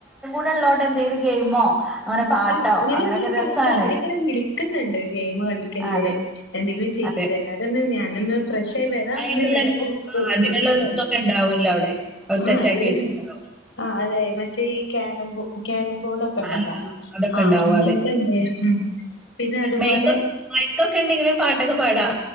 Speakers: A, in the centre; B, on the left.
A: ഇത്ള്ളോണ്ട് എന്തേലും ഗെയിമോ അങ്ങനെ പാട്ടോ
B: ആഹ് അപ്പങ്ങനെ
A: അങ്ങനെയൊക്കെ
B: വിളിക്ക
A: രസാണ്
B: കളിക്ക അവരിങ്ങനെ വിളിക്ക്ന്ന്ണ്ട് ഗെയിമ് കളിക്കല്ലേ
A: അതെ
B: എന്തെങ്കിലും ചെയ്യ്
A: ആഹ്
B: ഇല്ലല്ലാ പിന്നെ ഞാൻ നിന്ന് ഫ്രഷായി വരാ
A: അയിനുള്ള
B: എന്നുള്ള <unintelligible>
A: ആഹ് അതിനുള്ള ഇതൊക്കെ ഉണ്ടാവല്ലോ അവിടെ അവര്
B: ആഹ്
A: സെറ്റ്
B: എല്ലതും.
A: ആക്കി വെച്ചിട്ടുണ്ടാവും
B: ആഹ് അതെ മറ്റേ ഈ ക്യാരം ക്യാരം ബോഡൊക്കെ ഉണ്ടല്ലോ?
A: ആഹ് ആഹ് അതൊക്കെ
B: ആഹ്
A: ഉണ്ടാവും
B: അങ്ങനത്തെ
A: അതന്നെ
B: ഇണ്ട് ഹിം പിന്നെ അതുപോലെ
A: മൈക്ക് മൈക്കൊക്കെ ഉണ്ടെങ്കിൽ ഒരു പാട്ടൊക്കെ പാടാ